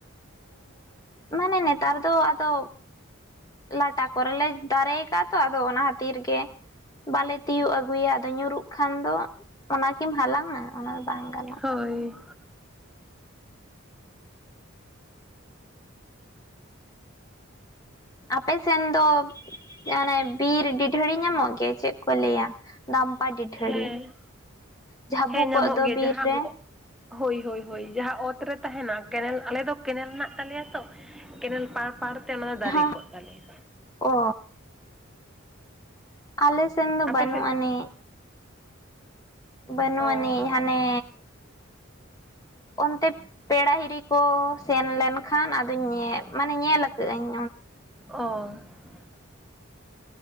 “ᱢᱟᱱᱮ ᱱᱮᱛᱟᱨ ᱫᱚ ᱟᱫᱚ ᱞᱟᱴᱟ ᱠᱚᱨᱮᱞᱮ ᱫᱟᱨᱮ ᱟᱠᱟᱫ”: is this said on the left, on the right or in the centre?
Left